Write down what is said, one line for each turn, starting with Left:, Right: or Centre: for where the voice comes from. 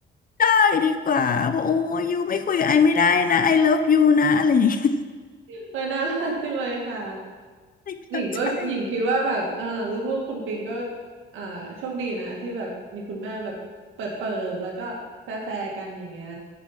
Left: ได้ดีกว่าบอกะโอ้ยยูไม่คุยกับไอไม่ได้นะไอเลิฟยูนะอะไรอย่างเงี้ย
Right: เออน่ารักจังเลยค่ะ
Left: <laughs>
Right: หญิงก็หญิงคิดว่าแบบเออลูกๆคุณปิงก็
Left: ใช่
Right: อ่าโชคดีนะที่แบบมีคุณแม่แบบเปิดเปิดแล้วก็แฟร์แฟร์กันอย่างเงี้ย